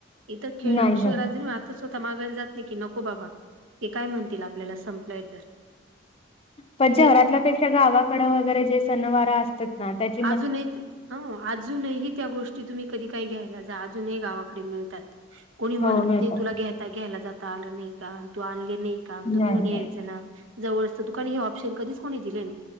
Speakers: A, on the right; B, on the left.
A: इथं खेळ
B: नाही नाही
A: शहरा जाऊ या तर स्वतः मागायला जात नाही की नको बाबा ते काय म्हणतील आपल्याला संपलंय तर
B: पण शहरातल्यापेक्षा
A: जे
B: गावाकड वगैरे जे सणवार असतात ना त्याचे
A: अजूनही हो अजूनही त्या गोष्टी तुम्ही कधी काही घ्यायला जा अजूनही गावाकडे मिळतात कोणी म्हणत
B: हो मिळतात
A: नाही तुला घ्याता घ्यायला जाता आलं नाही का तू आणले नाही. थांब तू
B: नाही
A: घेऊन यायचं
B: नाही
A: ना जवळच त दुकाने हे ऑप्शन कधीच कोणी दिल नाही.